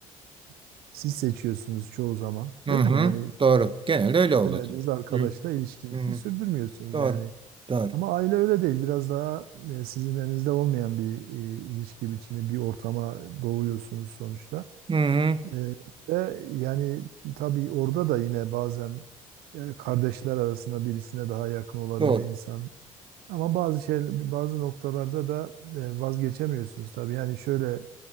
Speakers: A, on the right; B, on the right.
A: e, siz seçiyorsunuz çoğu zaman
B: hı.
A: değil
B: hı.
A: mi? Yani
B: Doğru. Genelde öyle
A: istemediğiniz
B: oluyor.
A: arkadaşla
B: Hı
A: ilişkinizi
B: hı.
A: sürdürmüyorsunuz
B: Doğru.
A: yani.
B: Doğru.
A: Ama aile öyle değil. Biraz daha e, sizin elinizde olmayan bir e, ilişki biçimi, bir ortama doğuyorsunuz sonuçta.
B: Hı hı.
A: Ee, ve yani tabii orada da yine bazen e, kardeşler arasında birisine daha yakın olabiliyor
B: Doğru.
A: insan. Ama bazı şey, bazı noktalarda da e, vazgeçemiyorsunuz tabii. Yani şöyle